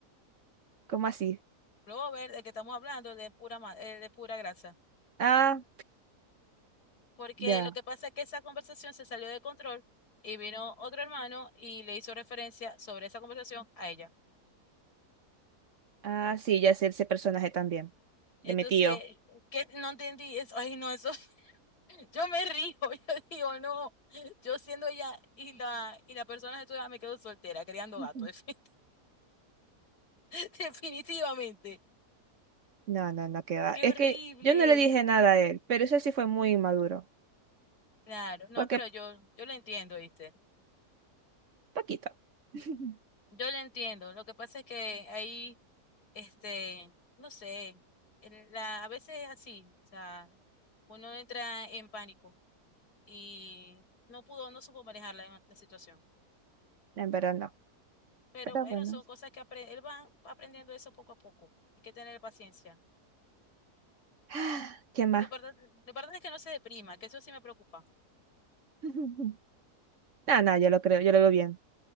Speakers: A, on the right; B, on the left.
A: ¿Cómo así?
B: Flower, del que estamos hablando, el de pura, ma- el de pura grasa.
A: Ah,
B: Porque
A: ya.
B: lo que pasa es que esa conversación se salió de control y vino otro hermano y le hizo referencia sobre esa conversación a ella.
A: Ah, sí, ya sé ese personaje también, de
B: Entonces,
A: mi tío.
B: ¿qué? No entendí eso. Ay, no, eso. <laughs> Yo me río. <laughs> Yo digo, no. Yo siendo ella y la, y la persona de tu edad me quedo soltera, criando
A: <laughs>
B: gatos. <laughs> Definitivamente.
A: No, no, no, que va.
B: Qué
A: Es
B: horrible.
A: que yo no le dije nada a él, pero eso sí fue muy inmaduro.
B: Claro, no,
A: Porque,
B: pero yo, yo lo entiendo, ¿viste?
A: poquito. <laughs>
B: Yo lo entiendo. Lo que pasa es que ahí. Este, no sé, el- la- a veces es así, o sea, uno entra en pánico y no pudo, no supo manejar la, la situación.
A: En verdad no.
B: Pero
A: Pero
B: bueno,
A: bueno.
B: son cosas que aprende, él va, va aprendiendo eso poco a poco. Hay que tener paciencia.
A: <sighs> ¿Qué más?
B: Lo importante, lo importante es que no se deprima, que eso sí me preocupa.
A: <laughs> No, no, yo lo creo, yo lo veo bien.